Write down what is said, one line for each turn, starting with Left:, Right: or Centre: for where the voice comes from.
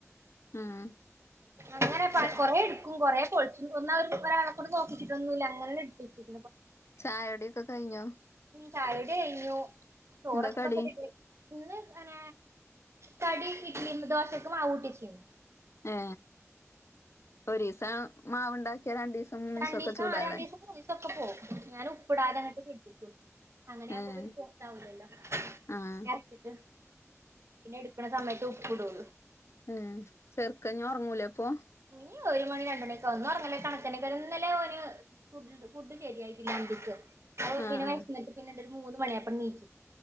Left: ആഹ്
Right: അങ്ങനെ പകൊറ
Left: ച
Right: എടു കൊറേ പൊളിച്ചു ഒന്ന ഒരു ഒരാളക്കൂടി നോക്കിട്ടൊന്നുമല്ല അങ്ങനെ ടിപ്പിച്ചത്-
Left: ചായൊടിക്കെ കഴിഞ്ഞോ?
Right: ചായകുടി കഴിഞ്ഞു- ചോറക്കൊ
Left: എന്താ കടി
Right: <inaudible> ഇന്ന് ന കടി ഇഡ്ലിയും ദോശൊക്കെ മാവൂട്ടിചെക്യ്ന്നു-
Left: ഏ ഒരീസ മാവ് - <unintelligible> രണ്ടീസം മൂന്നീസം
Right: രണ്ടീസം
Left: ക്കെ ചൂടാ
Right: ആ രണ്ടീസം
Left: ഇല്ലേ?
Right: മൂന്നീസം ഒക്കെ പോവും ഞാൻ ഉപ്പിടാതെ അങ്ങട്ട് <unintelligible> അങ്ങനെ ആകുമ്പോ
Left: ഏഹ്
Right: പിന്നെ ആവൂലല്ലോ. <unintelligible>
Left: ആഹ്
Right: പിന്നെ എടുക്കണ സമയത്തും <unintelligible>
Left: ഏ ചെറുക്കൻ ഇനി ഒറങ്ങൂലേ അപ്പൊ?
Right: ഇനി ഒരു മണി രണ്ട് മണിയൊക്കെ ഒന്ന് ഒറങ്ങലേല് കണക്കാ. <unintelligible> ഇന്നലെ ഓന് ഒരു ഫുഡ് ശരിയായിട്ടില്ല അന്തിക്ക്. <unintelligible>
Left: ആഹ്
Right: പിന്നെ വെശന്നിട്ട്
Left: ആഹ്
Right: പിന്നൊണ്ട മൂന്ന് മണിയായപ്പെണീച്ച്